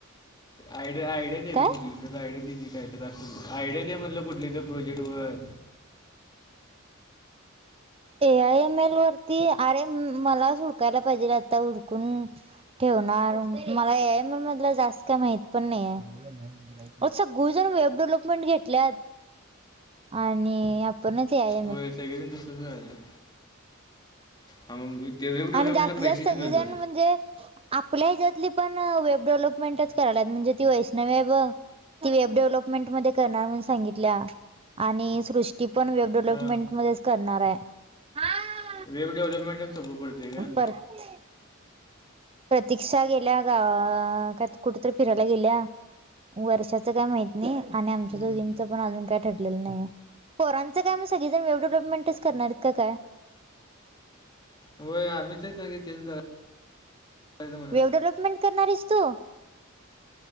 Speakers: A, on the left; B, on the right.
A: आयडिया आयडिया दे
B: काय
A: गं कुठली. आयडिया दे काय तर आयडिया दे म्हटल कुठली तरी प्रोजेक्टवर.
B: ए आय एम एल वरती अरे मलाच हुडकायला पाहिजे आता हुडकून. ठेवणार मला हे एक आय एम एल मधलं जास्त काय माहित पण नाही ये. अ सगळीजण वेब डेव्हलपमेंट घेतल्यात. आणि आ कुणाची हाय.
A: व्हयं सगळीजण तसंच करालेत. हां मग <unintelligible> डेव्हपमेंटला
B: आणि जास्तीत
A: पैसे
B: जास्त सगळीजण
A: किती होतं.
B: म्हणजे, आपल्या हिच्यातली पण वेब डेव्हलपमेंटच कराल्यात म्हणजे ती वैष्णवी हाय बघ. ती वेब डेव्हलपमेंट मध्ये करणार म्हणून सांगितल्या. आणि सृष्टी पण वेब डेव्हलपमेंट
A: हां
B: मध्येच करणार हाय.
A: वेब डेव्हलपमेंटच सोपं पडतंय गं.
B: परत. प्रतीक्षा गेल्या गावा काय कुठं तरी फिरायला गेल्या. वर्षाचं काय माहित नाही आणि आमच्या
A: हम्म.
B: दोघींचं पण अजून काय ठरलेलं नाही ये. पोरांच काय मग सगळीजण वेब डेव्हलपमेंटच करणार आहेत काय.
A: व्हयं आम्ही तर सगळे तेच करायचं म्हणा
B: वेब
A: <unintelligible>
B: डेव्हलपमेंट करणार हायस तू